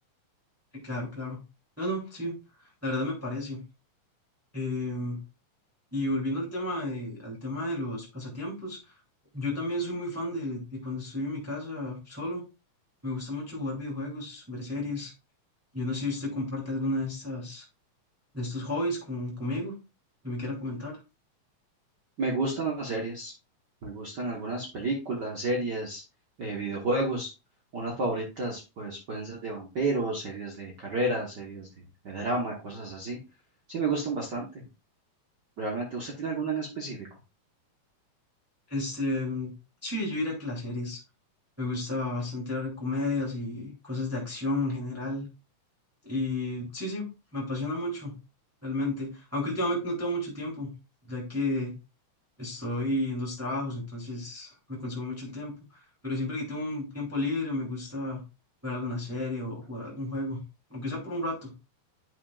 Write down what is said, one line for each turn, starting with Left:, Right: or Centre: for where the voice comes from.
Centre: Eh, claro, claro. No, no, sí, la verdad me parece. Em, y volviendo al tema de, al tema de los pasatiempos, yo también soy muy fan de, de cuando estoy en mi casa solo. Me gusta mucho jugar videojuegos, ver series. Yo no sé si usted comparte alguna de estas de estos hobbies con- conmigo que me quiera comentar.
Right: Me gustan las series, me gustan algunas películas, series, eh, videojuegos. Unas favoritas pues pueden ser de vampiros, series de carreras, series de, de drama, cosas así. Sí, me gustan bastante, realmente. ¿Usted tiene alguna en específico?
Centre: Este, mm, sí, yo diría que las series. Me gusta bastante ver comedias y cosas de acción en general. Y sí, sí, me apasiona mucho, realmente. Aunque últimamente no tengo mucho tiempo, ya que estoy en dos trabajos, entonces me consume mucho el tiempo. Pero siempre que tengo un tiempo libre, me gusta ver alguna serie o jugar algún juego, aunque sea por un rato.